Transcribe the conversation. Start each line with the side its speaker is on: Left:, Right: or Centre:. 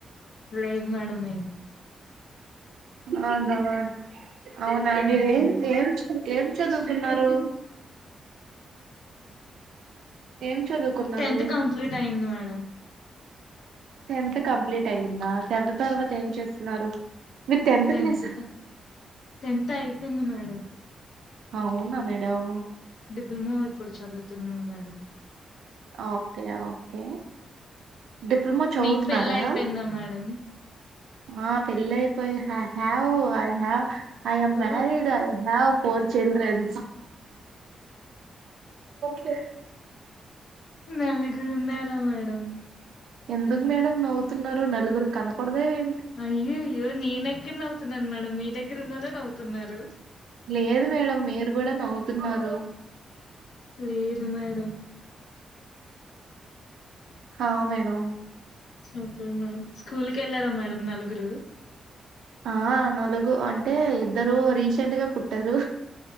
Left: లేదు మేడం <unintelligible>
Right: అ దవాన్ అవునా మీరేం
Left: ఉమ్
Right: జేంచ్ ఏం చదువుకున్నారు ఏం చదువుకున్నారు
Left: టెన్త్ కంప్లీట్ అయ్యింది మే <unintelligible>
Right: టెన్త్ కంప్లీట్ అయ్యిందా టెన్త్ తర్వాత ఏం చేస్తున్నారు మీరు
Left: టెన్త్
Right: క్లాసా
Left: త టెన్త్ అయ్యిపోయింది మేడం
Right: అవునా మేడవ్
Left: డిప్లమో ఇప్పుడు చదువుతు ఉమ్మ్ మేడం
Right: ఓకే ఓకే డిప్లొమా చదువుతున్నారా
Left: మీకు పెళ్ళయిపోయిందా మేడం
Right: ఆ పెళ్లయిపోయి హ have I have I am
Left: oh
Right: married I have four children కె
Left: నలుగురున్నారా మేడం
Right: ఎందుకు మేడం నవ్వుతున్నారు నలుగురు కనకూడదా ఏ
Left: అయ్యయ్యో నేనెక్కడ నవ్వుతున్నాను మేడం మీ దగ్గరున్నోళ్ళే నవ్వుతున్నారు
Right: లేదు మేడం మీరు కూడా నవ్వుతున్నారు
Left: లేదు మేడం
Right: ఆ మేడం
Left: ఓకే మేడం స్కూల్ క వెళ్ళారా మేడం నలుగురు
Right: ఆ నలుగు అంటే ఇద్దరు రీసెంట్ గా పుట్టారు